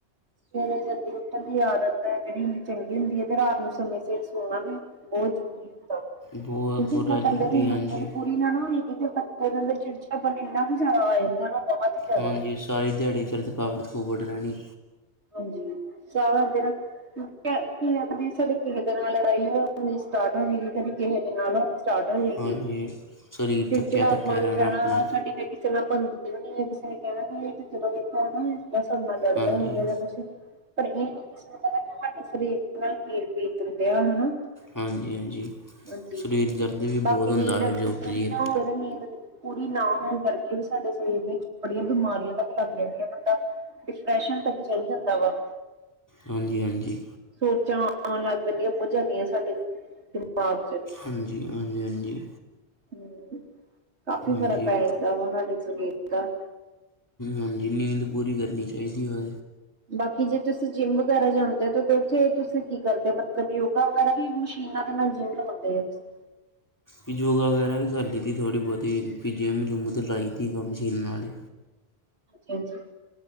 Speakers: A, on the right; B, on the left.
A: ਸਵੇਰੇ ਜਲਦੀ ਉੱਠਣ ਦੀ ਆਦਤ ਜਿਹੜੀ ਹੁੰਦੀ ਚੰਗੀ ਹੁੰਦੀ ਹੈ, ਤੇ ਰਾਤ ਨੂੰ ਸਮੇਂ ਸਿਰ ਸੋਣਾ ਵੀ ਬਹੁਤ ਜ਼ਰੂਰੀ ਹੁੰ
B: ਬਹੁਤ
A: ਕਿਉਂਕਿ
B: ਬੜਾ
A: ਹਰ
B: ਜ਼ਰੂਰੀ
A: ਬੰਦੇ ਦੀ ਨੀਂਦ
B: ਹਾਂਜੀ
A: ਪੂਰੀ ਨੀਂਦ <unintelligible> ਬੱਚੇ ਦੇ ਅੰਦਰ ਚਿੜਚਿੜਪਨ ਇੰਨਾ ਕੁ ਜਿਆਦਾ ਆ ਜਾਂਦਾ ਬਹੁਤ ਹੀ ਜ਼ਿਆਦਾ।
B: ਹਾਂਜੀ, ਸਾਰੀ ਦਿਹਾੜੀ ਫਿਰ ਥਕਾਵਟ-ਥਕੂਵਟ ਰਹਿਣੀ
A: ਹਾਂਜੀ, ਸਾਰਾ ਦਿਨ ਕਦੀ ਸਾਡੇ ਕਿਸੇ ਦੇ ਨਾਲ ਲੜਾਈ ਹੋਣੀ ਸਟਾਰਟ ਹੋ ਜੇਗੀ, ਕਦੀ ਕਿਸੇ ਦੇ ਨਾਲ ਹੋ ਸਟਾਰਟ ਹੋਜੇਗੀ
B: ਹਾਂਜੀ ਸਰੀਰ
A: ਚਿੜਚਿੜਾ
B: ਥੱਕਿਆ ਥੱਕਿਆ
A: ਪਣ ਰਹਿਣਾ
B: ਆਪਣਾ
A: ਸਾਡੀ ਕਿਸੇ ਨਾਲ ਬਣਦੀ ਵੀ ਨੀ ਕਿਸੇ ਨੇ ਕਹਿਣਾ ਕਿ ਜਦੋ ਦੇਖੋ ਹੈ ਸਾਡੇ ਨਾਲ ਲੜਦਾ
B: ਹਾਂਜੀ
A: ਹੀ ਰਹਿੰਦਾ ਕੁਛ ਪਰ ਇਹ ਨੀ ਕਿਸੇ ਨੂੰ ਪਤਾ ਕਿ ਸਾਡੇ ਸਰੀਰ ਨਾਲ ਕੀ ਬੀਤ ਦਿਆ ਹਨਾ
B: ਹਾਂਜੀ-ਹਾਂਜੀ,
A: ਹਾਂਜੀ
B: ਸਰੀਰ ਦਰਦ ਵੀ ਬਹੁਤ
A: ਬਾਕੀ
B: ਹੁੰਦਾ
A: ਨੀਂਦ
B: ਫਿਰ
A: ਅਗਰ
B: ਜਦੋਂ ਉਠ
A: ਪੂਰੀ
B: ਜਹੀਏ
A: ਨਾ ਹੋਵੇ ਨੀਂਦ ਪੂਰੀ ਨਾ ਹੋਣ ਕਰਕੇ ਵੀ ਸਾਡੇ ਸਰੀਰ ਤੇ ਬੜੀਆਂ ਬਿਮਾਰੀਆਂ ਤੱਕ ਲੱਗ ਜਾਂਦੀਆਂ, ਬੰਦਾ ਡਿਪਰੈਸ਼ਨ ਤੱਕ ਚਲ ਜਾਂਦਾ ਵਾ।
B: ਹਾਂਜੀ-ਹਾਂਜੀ।
A: ਸੋਚਾਂ ਆਉਣ ਲੱਗ ਪੈਂਦੀਆਂ ਬਹੁਤ ਜ਼ਿਆਦੀਆਂ ਸਾਡੇ ਦਿਮਾਗ ਚ।
B: ਹਾਂਜੀ-ਹਾਂਜੀ ਹਾਂਜੀ।
A: ਹ ਕਾਫੀ ਫ਼ਰਕ
B: ਹਾਂਜੀ
A: ਪੈ, ਜਾਂਦਾ ਵ ਸਾਡੇ ਸਰੀਰ। ਦਾ
B: ਹਾਂਜੀ, ਨੀਂਦ ਪੂਰੀ ਕਰਨੀ ਚਾਹੀਦੀ ਹੋ।
A: ਬਾਕੀ ਜੇ ਤੁਸੀਂ ਜਿੰਮ ਵਗੈਰਾ ਜਾਂਦੇ ਹੋ, ਤਾਂ ਉੱਥੇ ਤੁਸੀਂ ਕੀ ਕਰਦੇ ਹੋ, ਮਤਲਬ ਯੋਗਾ ਵਗੈਰਾ। ਵੀ ਮਸ਼ੀਨਾਂ ਦੇ ਨਾਲ ਜਿਮ ਲਗਾਉਂਦੇ ਆ ਤੁਸੀਂ।
B: ਵੀ ਯੋਗਾ ਵਗੈਰਾ ਵੀ ਕਰ ਲਿੱਤੀ ਥੋੜ੍ਹੀ ਬਹੁਤੀ, ਜਿੰਮ ਜੁੰਮ ਲਾਈ ਤ ਕੰਮ ਮੱਸ਼ੀਨ ਨਾਲ ਵਾਲੇ।
A: ਹਾਂਜੀ, ਹਾਂਜੀ।